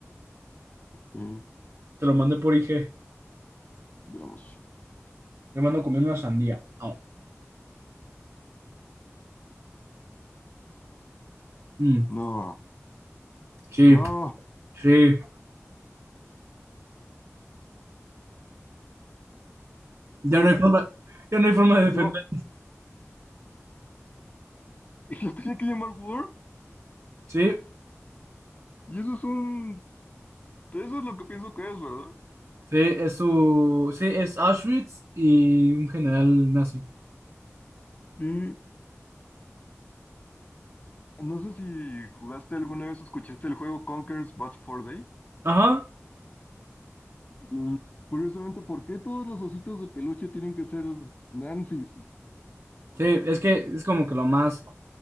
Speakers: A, on the left (about 30°); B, on the right (about 60°).
A: eh,
B: Te lo mandé por IG.
A: veamos.
B: Le mando comiendo una sandía. Au. Mm,
A: No,
B: sí,
A: no,
B: sí. Ya
A: güey,
B: no hay forma, ya no hay forma de
A: no.
B: defender.
A: <laughs> Y lo tenía que llamar War.
B: Sí,
A: Y eso es un... Eso es lo que pienso que es, ¿verdad?
B: Sí, es su, sí, es Auschwitz y un general nazi.
A: Sí. No sé si jugaste alguna vez o escuchaste el juego Conker's Bad Fur Day.
B: Ajá,
A: Mm, Curiosamente, ¿por qué todos los ositos de peluche tienen que ser Nancy's?
B: sí, es que es como que lo más,